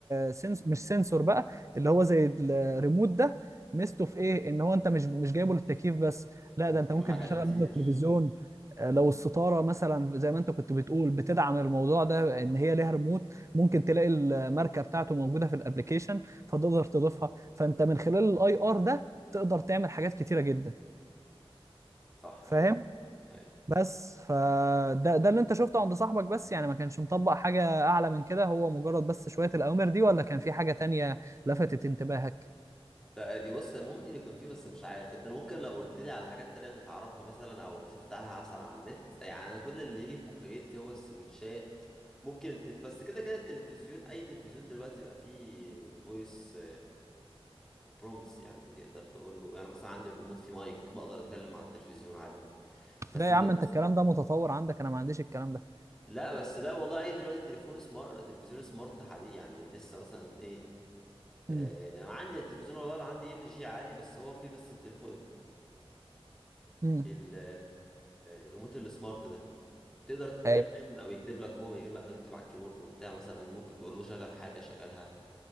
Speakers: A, on the right; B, in the centre.
A: سنس مش سنسور بقى اللي هو زي الريموت ده ميزته في ايه ان هو انت مش مش جايبه للتكييف بس لا
B: انت
A: ده
B: ممكن
A: انت
B: تجيب
A: ممكن
B: لها حاجات
A: تشغل
B: كتير
A: منه التلفزيون آه،
B: امم
A: لو الستاره مثلا زي ما انت كنت بتقول بتدعم الموضوع ده ان هي ليها ريموت ممكن تلاقي الماركه بتاعته موجوده في الابليكيشن فتقدر تضيفها فانت من خلال الاي ار ده تقدر تعمل حاجات كتيره جدا
B: صح
A: فاهم
B: ايوه ايوه
A: بس فده ده اللي انت شفته عند صاحبك بس يعني ما كانش مطبق حاجة اعلى من كده هو مجرد بس شوية الاوامر دي ولا كان في حاجة تانية لفتت انتباهك
B: تق- بص ممكن يكون فيه بس مش عارف انت ممكن لو قلت لي على حاجات تانية انت تعرفها مثلا او شفتها مثلا على النت يعني انا كل اللي يجي في مخيلتي هو السويتشات ممكن التلف... بس كده كده التلفزيون اي تلفزيون دلوقتي بقى فيه فويس برومس يعني تقدر تقول له يعني مثلا عندي الريموت فيه مايك بقدر اتكلم مع التلفزيون عادي بس
A: ده يا
B: م...
A: عم انت الكلام ده متطور عندك انا ما عنديش الكلام ده
B: لا بس لا والله اي دلوقتي تليفون سمارت تلفزيون سمارت حديث يعني لسه مثلا ايه آه،
A: امم
B: انا عندي التلفزيون والله اللي عندي ال جي عادي بس هو فيه بس التليفون
A: امم
B: ال- الريموت السمارت ده تقدر تتكلم
A: أيوة.
B: او يكتب لك هو من غير ما تكتب على الكيبورد وبتاع مثلا ممكن تقول له شغل حاجه شغلها